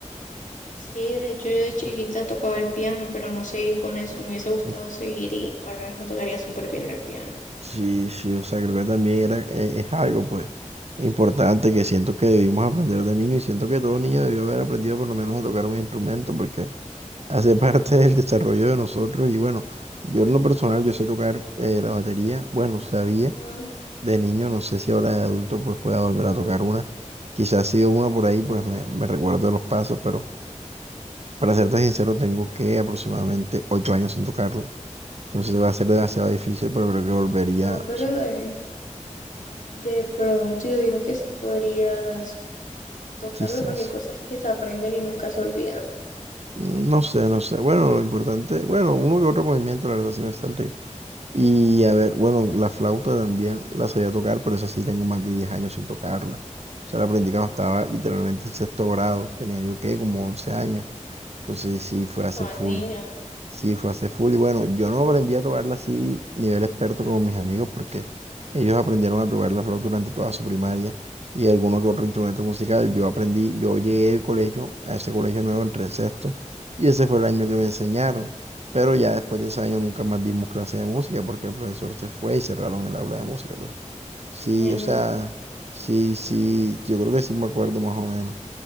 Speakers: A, on the left; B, on the right.
A: Sí, de hecho yo de chiquita tocaba el piano, pero no seguí con eso. Me hubiese gustado
B: <laughs>
A: seguir y ahora mismo tocaría súper bien el piano.
B: Sí, sí, o sea, creo que también era, e- es, algo, pues, importante que siento que debimos aprender de niño y siento que todo niño debió haber aprendido por lo menos a tocar un instrumento porque <laughs> hace parte del desarrollo de nosotros y bueno, yo en lo personal, yo sé tocar eh, la batería, bueno, sabía.
A: Ah,
B: de niño, no sé si ahora de adulto pues pueda volver a tocar una. Quizás si sido una por ahí, pues me, me recuerdo de los pasos, pero para serte sincero, tengo que aproximadamente ocho años sin tocarlo. Entonces va a ser demasiado difícil, pero creo que volvería,
A: no, pero
B: o sea,
A: de, de pronto yo digo que sí podrías tocarlo
B: quizás.
A: porque hay cosas que se aprenden y nunca se olvidan.
B: Mm, No sé, no sé. Bueno, lo importante, bueno, uno que otro movimiento, la verdad sí me saldría. Y a ver, bueno, la flauta también la sabía tocar, pero esa sí tengo más de 10 años sin tocarla. O sea, la aprendí cuando estaba literalmente en sexto grado. Tenía yo, ¿qué? Como 11 años. Entonces sí, fue
A: Ah, Estabas
B: hace full.
A: niño.
B: Sí, fue hace full. Y bueno, yo no aprendí a tocarla así, nivel experto como mis amigos, porque ellos aprendieron a tocar la flauta durante toda su primaria y alguno que otro instrumento musical. Yo aprendí, yo llegué al colegio, a ese colegio nuevo, entré en sexto, y ese fue el año que me enseñaron. Pero ya después de ese año nunca más dimos clase de música porque el profesor se fue y cerraron el aula de música. Pero sí,
A: Mierda.
B: o sea, sí, sí, yo creo que sí me acuerdo más o menos.